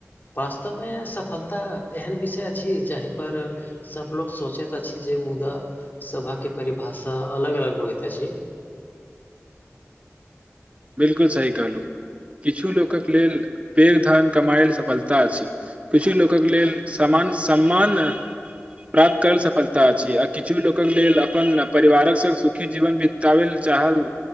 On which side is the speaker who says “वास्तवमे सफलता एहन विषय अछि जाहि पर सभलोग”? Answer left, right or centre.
Left